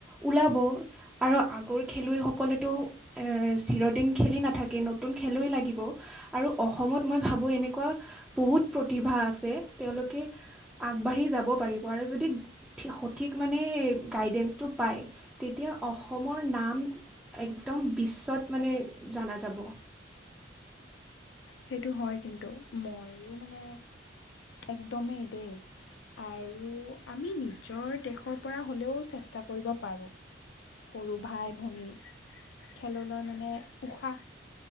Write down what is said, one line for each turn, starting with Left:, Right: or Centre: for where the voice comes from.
Centre: ওলাব আৰু আগৰ খেলুৱৈ সকলেটো এ চিৰদিন খেলি নাথাকে। তাকে নতুন খেলুৱৈ লাগিব আৰু অসমত মই ভাবোঁ এনেকুৱা বহুত প্ৰতিভা আছে। তেওঁলোকে আগবাঢ়ি যাব পাৰিব আৰু যদি সঠিক মানে গাইডেঞ্চটো পায় তেতিয়া অসমৰ নাম একদম বিশ্বত মানে জনা যাব।
Left: সেইটো হয় কিন্তু মইও মানে একদমেই দেই আৰু আমি নিজৰ দেশৰ পৰা হ'লেও চেষ্টা কৰিব পাৰোঁ। সৰু ভাই ভনী খেললৈ মানে উৎসাহ